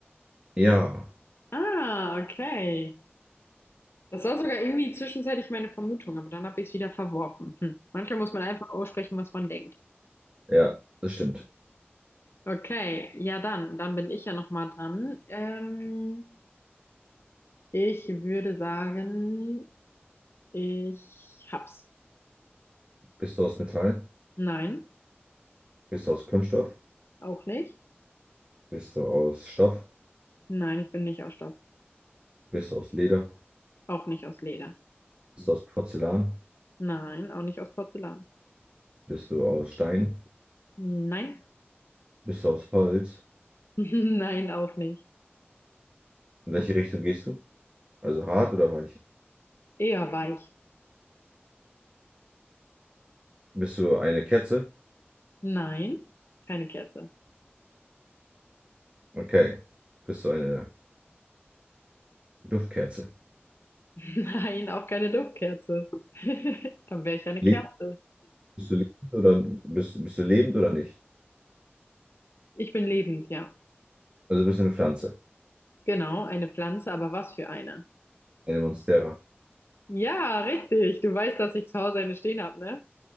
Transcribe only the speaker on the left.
Ah, okay. Das war sogar irgendwie zwischenzeitlich meine Vermutung, aber dann habe ich es wieder verworfen. Hm. Manchmal muss man einfach aussprechen, was man denkt.
Okay, ja dann, dann bin ich ja noch mal dran. Ähm, ich würde sagen, ich hab's.
Nein,
auch nicht.
Nein, ich bin nicht aus Stoff.
Auch nicht aus Leder.
Nein, auch nicht aus Porzellan.
Nein.
<laughs> Nein, auch nicht.
Eher weich.
Nein, keine Kerze.
<laughs> Nein, auch keine Duftkerze. <laughs> Dann wäre ich ja eine
Kerze.
Ich bin lebend, ja.
Genau, eine Pflanze, aber was für eine?
Ja, richtig. Du weißt, dass ich zu Hause eine stehen habe, ne?